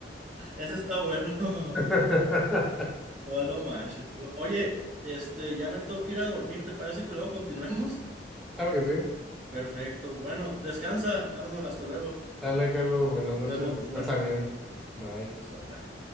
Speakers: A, on the right; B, in the centre.
A: Ese está bueno. <laughs>
B: <laughs>
A: No, no manches. O- Oye, este, ya me tengo que ir a dormir. ¿Te parece que luego continuemos?
B: Claro que sí.
A: <laughs> Perfecto. Bueno, descansa, Arnold. Hasta luego.
B: Sale, Carlos. Buenas noches.
A: Nos vemos.
B: Descansa
A: Buenas.
B: bien. Bye.
A: Hasta bye.